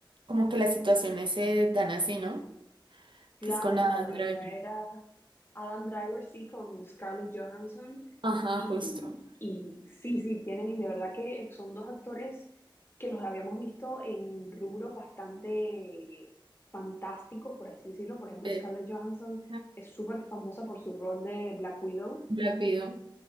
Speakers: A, on the right; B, on the left.
A: como que las situaciones se dan así, ¿no?
B: Claro,
A: Que es con
B: claro,
A: Adam Driver.
B: esa era Adam Driver, sí, con Scarlett Johansson.
A: Ajá,
B: Y,
A: justo.
B: y sí, sí, tienen, de verdad que son dos actores que los habíamos visto en rubros bastante fantásticos, por así decirlo. Por ejemplo,
A: Eh,
B: Scarlett Johansson
A: <laughs>
B: es súper famosa por su rol de Black Widow.
A: Black Widow.